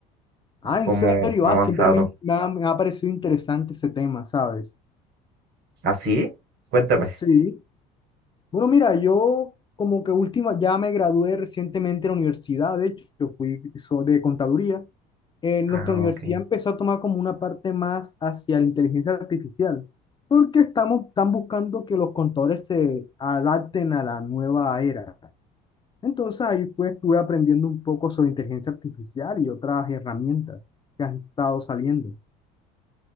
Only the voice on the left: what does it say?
Ah,
¿en serio?
Ah,
siempre me, me ha, me ha parecido interesante ese tema, ¿sabes?
Sí. Bueno, mira, yo como que última, ya me gradué recientemente de la universidad, de hecho, yo fui so- de contaduría. En
nuestra universidad
empezó a tomar como una parte más hacia la inteligencia artificial, porque estamos, están buscando que los contadores se adapten a la nueva era. Entonces ahí pues estuve aprendiendo un poco sobre inteligencia artificial y otras herramientas que han estado saliendo.